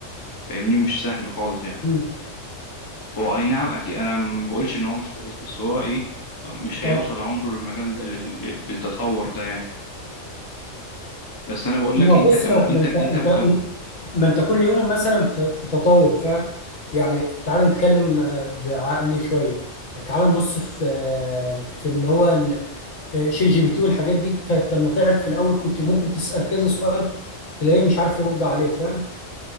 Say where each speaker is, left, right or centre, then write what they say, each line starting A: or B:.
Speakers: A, on the left (about 25°); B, on the left (about 85°).
A: فاهمني مش سهل خالص يعني
B: مم.
A: هو اي نعم اكيد انا ما بقولش ان هو مش كويس بس هو ايه مش هيوصل
B: آه
A: عمره للمجال ده- لل- لل- للتطور ده يعني بس انا بقول
B: ما
A: لك انت
B: بص
A: كم
B: ما, ما
A: انت انت
B: أنت
A: كم
B: أنت ما أنت كل يوم مثلا في, في تطور فاهم؟ يعني تعال نتكلم آه، بعقل شوية. تعال نبص في آه، في إن هو آه، شات جي بي تي والحاجات دي كانت لما طلعت في الاول كنت ممكن تسال كذا سؤال تلاقيه مش عارف يرد عليه فاهم